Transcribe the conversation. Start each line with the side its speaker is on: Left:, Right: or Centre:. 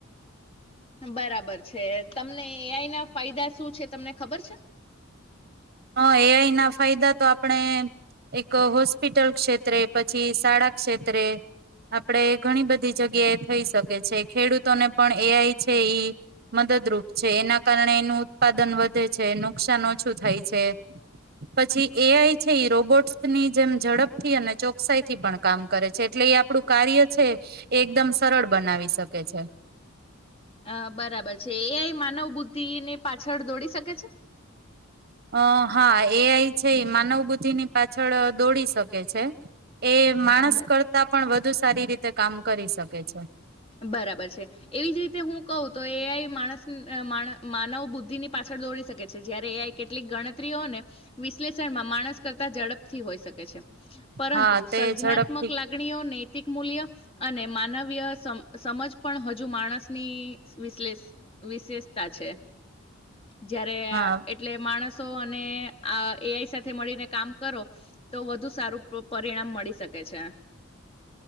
Left: બરાબર છે તમને એઆઈના ફાયદા શું છે તમને ખબર છે.
Right: હ એઆઈ ના ફાયદા તો આપણે એક હોસ્પિટલ ક્ષેત્રે પછી શાળા ક્ષેત્રે આપડે ઘણી બધી જગ્યાએ થઈ શકે છે ખેડૂતોને પણ એ આઈ છે મદદરૂપ છે એના કારણે એનું ઉત્પાદન વધે છે નુકસાન ઓછું થાય છે પછી એ આઈ છે એ રોબોટ્સની જેમ ઝડપથી અને ચોકસાઈ થી પણ કામ કરે છે એટલે એ આપણું કાર્ય છે એ એકદમ સરળ બનાવી શકે છે
Left: અ બરાબર છે એ આઇ માનવ બુદ્ધિ ને પાછળ દોડી શકે છે
Right: અ હા એ આઈ છે માનવ બુદ્ધિ ની પાછળ દોડી શકે છે એ
Left: હમ
Right: માણસ
Left: બરાબર
Right: કરતા પણ વધુ સારી રીતે કામ કરી શકે છે
Left: બરાબર છે. એવીજ રીતે હું કઉ તો એ આઈ માણસ માણ માનવ બુદ્ધિ ની પાછળ દોડી શકે છે. જયારે એ આઈ કેટલીક ગણતરીઓ ને વિશ્લેષણમાં માણસ કરતાં ઝડપથી હોઈ શકે છે પરંતુ
Right: હા
Left: સર્જનાત્મક
Right: તે ઝડપથી
Left: લાગણીઓ નૈતિક મૂલ્ય અને માનવીય સમ સમજ પણ હજુ માણસ ની વિશલેષ વિશેષતા છે. જયારે
Right: હા
Left: આ એટલે માણસ સો અને આ એઆઈ સાથે મળીને કામ કરો, તો વધુ સારું પો પરિણામ મળી શકે કે છે